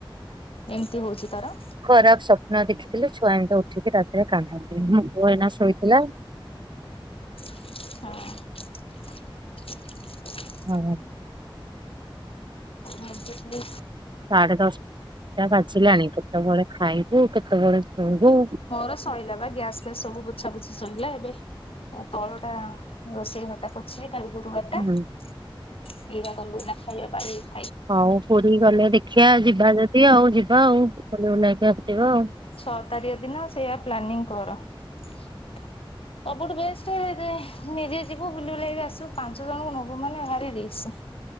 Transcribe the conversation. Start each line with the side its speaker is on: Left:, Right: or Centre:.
Left: ଏମିତି ହୋଉଚି ତାର।
Right: ଖରାପ ସ୍ୱପ୍ନ ଦେଖିଥିଲେ ଛୁଆ ଏମିତି ଉଠିକି ରାତିରେ କାନ୍ଦନ୍ତି ମୋ ପୁଅ ଏଇନା ଶୋଇଥିଲା।
Left: ହଁ।
Right: ମାନେ
Left: ମତେ କୁଏ
Right: ସାଢ଼େ ଦଶଟା ବାଜିଲାଣି କେତେବେଳେ ଖାଇବି କେତେବେଳେ ଶୋଇବି?
Left: ତୋର ସଇଲା ବା ଗ୍ୟାସ୍ ଫ୍ୟାସ୍ ସବୁ ପୋଛା ପୋଛିି ସଇଲା ଏବେ ତଳ ଟା ରୋଷେଇ ଘରଟା ପୋଛିବି କାଲି ଗୁରୁବାରେ
Right: ହୁଁ।
Left: <unintelligible>
Right: ହଉ ପୁରୀ ଗଲେ ଦେଖିଆ ଯିବା ଯଦି ଆଉ ଯିବା ଆଉ <unintelligible> ଆସିବ ଆଉ।
Left: ଛଅ ତାରିଖ ଦିନ ସେଇୟା ପ୍ଲାନିଂ କର। ସବୁଠୁ ବେଷ୍ଟେ ଦେ ନିଜେ ଯିବୁ ବୁଲି ବୁଲାକି ଆସିବୁ ପାଞ୍ଚ ଜଣଙ୍କୁ ନବୁ ମାନେ ଭାରି ରିସି।